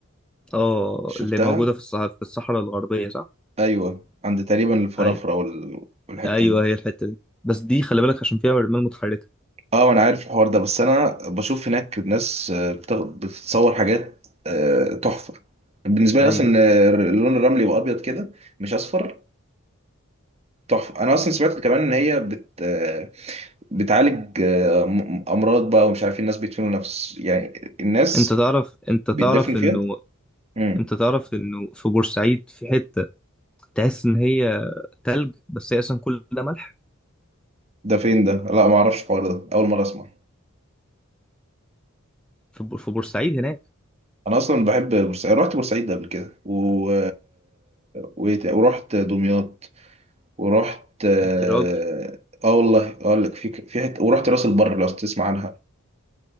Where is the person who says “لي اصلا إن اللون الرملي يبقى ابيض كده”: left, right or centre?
Right